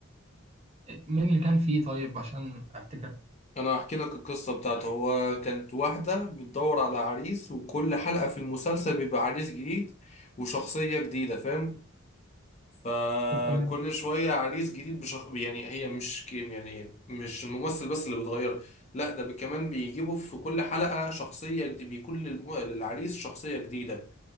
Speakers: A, on the right (about 30°); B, on the left (about 30°).
A: مين اللي كان فيه طيب عشان افتكر
B: انا هحكي لك القصة بتاعته هو كانت واحدة بتدور على عريس وكل حلقة في المسلسل بيبقى عريس جديد وشخصية جديدة فاهم فكل
A: طب تمام
B: شوية عريس جديد بشخ... يعني هي مش كيم يعني مش الممثل بس اللي بيتغير لا ده بي- كمان بيجيبوا في كل حلقة شخصية جد- بيكون للم... للعريس شخصية جديدة